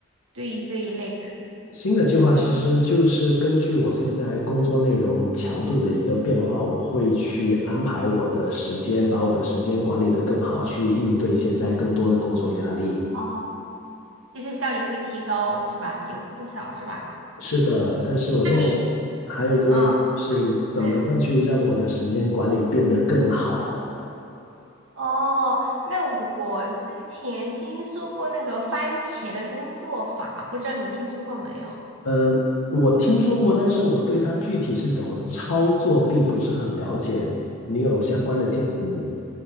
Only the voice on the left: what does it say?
新的计划其实就是根据我现在工作内容强度的一个变化，我会去安排我的时间，把我的时间管理得更好，去应对现在更多的工作压力。
是的，但是我现在
还有一个问题，
就是怎么样去让我的时间管理变得更好？
呃，我听说过，但是我对它具体是怎么操作并不是很了解。你有相关的建议吗？